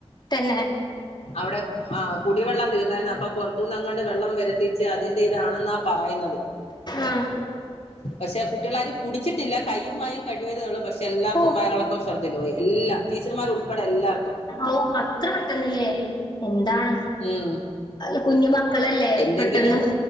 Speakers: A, on the left (about 45°); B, on the left (about 80°).
A: തന്നെ
B: അവിടെ ആ കുടിവെള്ളം തീർന്നായിരുന്നു അപ്പൊ പുറത്തുനിന്ന് അങ്ങോട്ട് വെള്ളം വരുത്തിച്ച് അതിന്റെ ഇതാണെന്ന പറയുന്നത്
A: ആഹ്
B: പക്ഷെ കുട്ടികളാാര് കുടിച്ചിട്ടില്ല കയ്യും വായയും കഴിയതേള്ളൂ പക്ഷെ പക്ഷെ എല്ലർക്കും
A: ഓ
B: വയറിളക്കും ഷർദ്ധയിൽ പോയി എല്ലാ ടീച്ചർമാർ ഉൾപ്പെടെ എല്ലാർക്കും
A: ഓഹ് അത്ര പെട്ടെന്നില്ലേ എന്താണ്
B: ഉം
A: അല്ല കുഞ്ഞു മക്കളല്ലേ
B: എന്തെങ്കിലും
A: പെട്ടെന്ന്